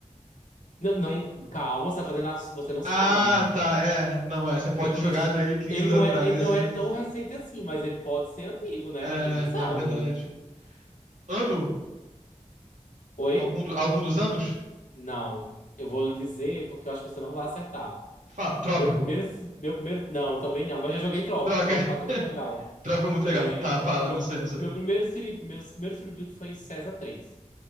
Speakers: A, on the left; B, on the right.
A: Não, não, calma, você tá fazendo, as- você não sabe.
B: Ah, tá, é. Não, é. Você pode
A: Eu-
B: ter jogado
A: eu-
B: ele 15
A: ele
B: anos
A: não
B: atrás
A: é, ele não
B: e.
A: é tão recente assim, mas ele pode ser antigo, né?
B: É,
A: Ninguém sabe.
B: é verdade. Ano?
A: Oi?
B: Algum, do- algum dos anos?
A: Não. Eu vou lhe dizer porque eu acho que você não vai acertar.
B: Fa- Trópico.
A: Meu primeiro, meu primeiro, não, também não, mas já joguei Trópico.
B: Droga.
A: Trópico 4 é
B: <laughs>
A: muito legal.
B: Trópico é muito
A: É,
B: legal. Tá, fala,
A: meu,
B: não sei, não sei.
A: meu primeiro, siri- meu primeiro Sirius foi César três